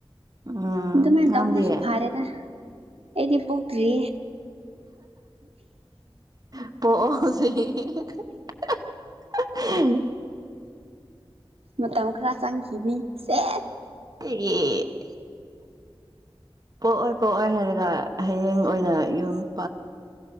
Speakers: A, on the right; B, on the right.
A: ꯎꯝ
B: ꯃꯗꯨꯃꯥꯏꯅ
A: ꯅꯪꯗꯤ
B: ꯇꯧꯕꯅꯁꯨ ꯐꯥꯔꯦꯗ ꯑꯦꯗꯤ ꯄꫭꯛꯇ꯭ꯔꯤ
A: <unintelligible>
B: ꯃꯇꯝ ꯈꯔ ꯆꯪꯈꯤꯅꯤ ꯁꯦ
A: <unintelligible> ꯄꯣꯛꯑꯣꯏ ꯄꯣꯛꯑꯣꯏ ꯍꯥꯏꯔꯒ ꯍꯌꯦꯡ ꯑꯣꯏꯅ ꯌꯨꯝ <unintelligible>